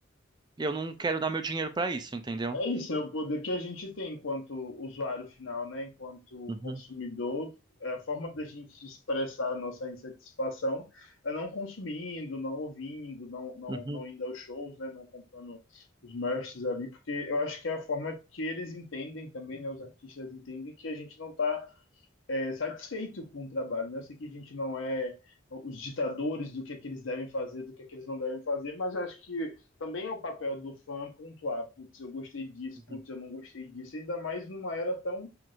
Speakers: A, on the right; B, on the left.
A: eu não quero dar meu dinheiro para isso, entendeu?
B: É isso, é o poder que a gente tem enquanto usuário final, né? Enquanto
A: Uhum,
B: consumidor, é a forma da gente expressar a nossa insatisfação é não consumindo, não ouvindo, não, não,
A: uhum,
B: não indo aos shows, né? Não comprando os merchs ali, porque eu acho que é a forma que eles entendem também, né? Os artistas entendem que a gente não está é, satisfeito com o trabalho, né? Eu sei que a gente não é os ditadores do que é que eles devem fazer, do que é que eles não devem fazer, mas eu acho que também é o papel do fã pontuar, putz, eu gostei disso,
A: uhum.
B: putz, eu não gostei disso, ainda mais numa era tão